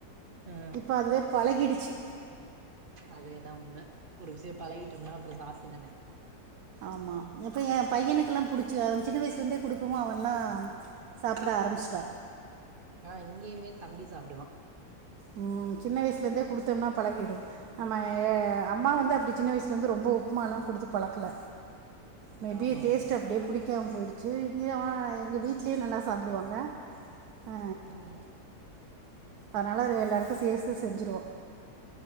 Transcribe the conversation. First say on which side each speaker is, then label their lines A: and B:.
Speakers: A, on the right; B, on the right.
A: ஆ
B: இப்ப அதுவே பழகிடுச்சு
A: அதே தா உண்ம ஒரு விஷ்ய பழகிட்ருந்தா அப்றோ சாப்ட்டு தானேனு
B: ஆமா இப்ப எ பையனுக்குலா புடிச்சு அவ சின்ன வயசுலேருந்தே குடுக்கவு அவன்லா சாப்ட ஆரம்மிச்ட்டா
A: ஆ இங்கேயுமே தம்பி சாப்
B: ம் சின்ன வயசுலருந்தே குடுத்தம்னா பழகிடு நம்மள்ள அம்மா
A: ம்
B: வந்து அப்டி சின்ன வயசுலருந்து ரொம்ப உப்மாலா குடுத்து பழக்கல மே
A: ஆமா
B: பி டேஸ்ட்டு
A: ஆமா
B: அப்டி இரு புடிக்காம போயிடுச்சு இங்கயா அ எங்க வீட்லே நல்லா சாப்டுவாங்க அ
A: ம்
B: அதனால எல்லாருக்கு சேச்சே செஞ்சுருவோ